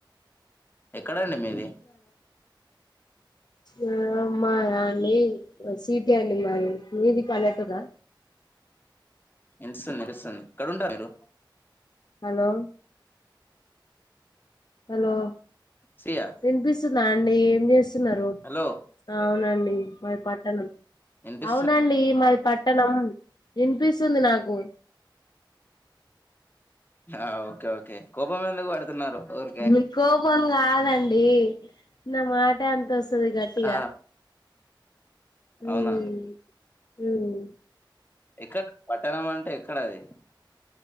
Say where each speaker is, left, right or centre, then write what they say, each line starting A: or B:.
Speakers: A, on the left; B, on the left.
A: ఎక్కడండి మీది
B: అ <unintelligible> ఆ మ అండి సీటి అండి మాది మీది పల్లెటూరా
A: వినిపిస్తుంది వినిపిస్తుంది ఏక్కడ ఉంటారూ మీరు
B: హలో హలో
A: సియా
B: వినిపిస్తుందా అండి ఏం చేస్తున్నారు
A: హలో
B: ఆ అవునం డి మాది పట్టణం
A: వినిపిస్తుంది
B: అవునండి మది పట్టణం వినిపిస్తుంది నాకు
A: ఆ ఓకే ఓకే కోపం ఎందుకు పడుతున్నారు ఊరికే
B: మీ కోపం కాదండి నా మాట అంతే వస్ వస్తది గట్టిగా
A: ఆ
B: హ్మ్
A: అవునా
B: హ్మ్
A: ఎక్కడ పట్టణం అంటే ఎక్కడా అది